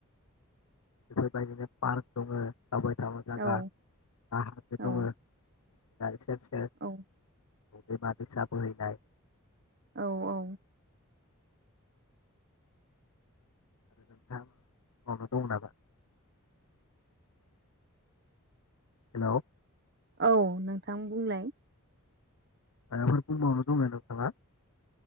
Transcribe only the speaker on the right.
औ
औ
औ।
औ औ।
औ नोंथां बुंलाय।